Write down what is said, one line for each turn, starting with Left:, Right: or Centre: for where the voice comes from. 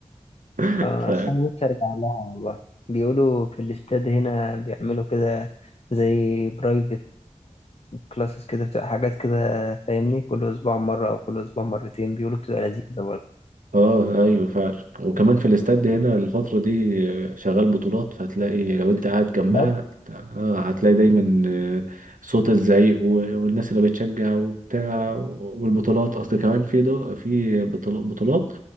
Right: <laughs>
Left: آه،
Right: ف
Left: أصل أنا نفسي أرجع لها والله بيقولوا في الاستاد هنا بيعملوا كده زي برايفت كلاسز كده بتبقى حاجات كده فاهمني كل أسبوع مرة أو كل أسبوع مرتين بيقولوا بتبقى لذيذة برضه
Right: اه ايوه فعلا وكمان في الاستاد هنا الفترة دي آه، شغال بطولات فهتلاقي لو انت قاعد جنبها
Left: عايش
Right: آه هتلاقي دايما آه، صوت الزعيق و- والناس اللي بتشجع وبتاع والبطولات اصل كمان في دو في بطل- بطولات